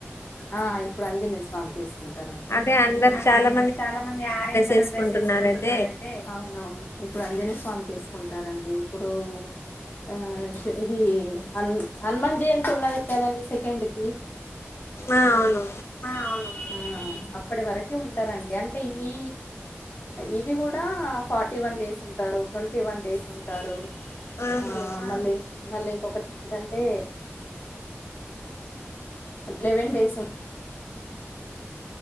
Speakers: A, on the left; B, on the left.
A: ఆంజనేయ స్వామ చేసుకుం టా రండి
B: అదే అందరు చాలా
A: అందరు చాలా మంది ఆరెంజ్ కలర్
B: వేసుకుంటున్నారు
A: డ్రెస్ వేసుకుంటున్నరయితే
B: అయితే
A: అవునవును ఇప్పుడు అంజనే స్వామికి రండి ఇప్పుడు ఆ ఇది హనుమాన్ జయంతి ఉన్నది కదండీ సెకండ్ కి
B: ఆ అవును
A: ఆ అవును ఇప్పటి వరక ఉంటారండి అంటే ఈ ఇది కూడా ఫార్టీ వన్ డేస్ ఉంటారు ట్వంట ఫిఫ్టీ వన్ డేస్ ఉంటారు
B: ఆహా
A: ఆ మళ్ళీ మళ్ళీ ఇంకొకటి ఏంటంటే లెవెన్ డేస్ ఉ